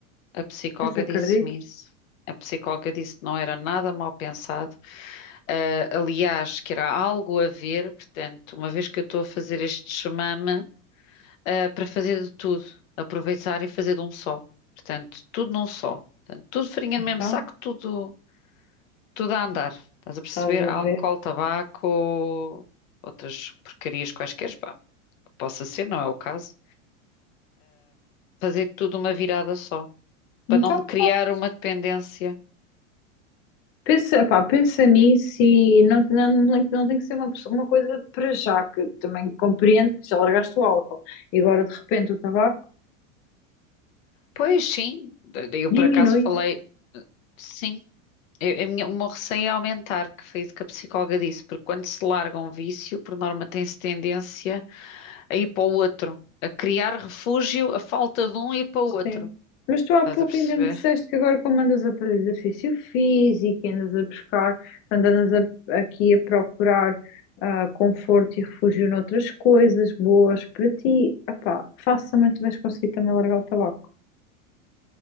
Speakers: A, on the left; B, on the left.
A: A psicóloga
B: Pois acredito,
A: disse-me isso. A psicóloga disse que não era nada mal pensado. Ah, aliás, que era algo a ver, portanto, uma vez que eu estou a fazer este chamame, ah, para fazer de tudo, aproveitar e fazer de um só. Portanto, tudo num só. Portanto, tudo farinha
B: então,
A: no mesmo saco, tudo. tudo a andar. Estás a perceber?
B: estás a
A: Álcool,
B: ver?
A: tabaco, outras porcarias quaisquer, pá, possa ser, não é o caso. Fazer tudo uma virada só, para
B: Então
A: não criar
B: pronto.
A: uma dependência.
B: Pensa, pá, pensa nisso e não, não, não, não tem que ser uma, pessoa- uma coisa para já, porque eu também compreendo que já largaste o álcool e agora de repente o tabaco
A: Pois sim, eu por
B: diminui,
A: acaso falei, sim. Eu- a minha- o meu receio é aumentar, que foi isso que a psicóloga disse, porque quando se larga um vício, por norma tem-se tendência a ir para o outro, a criar refúgio, a falta de um e ir para o outro.
B: sim. Mas tu há
A: Estás
B: pouco
A: a perceber?
B: ainda me disseste que agora como andas a fazer exercício físico, e andas a buscar, portanto, andas a- aqui a procurar ah, conforto e refúgio noutras coisas boas para ti, ah facilmente vais conseguir também largar o tabaco.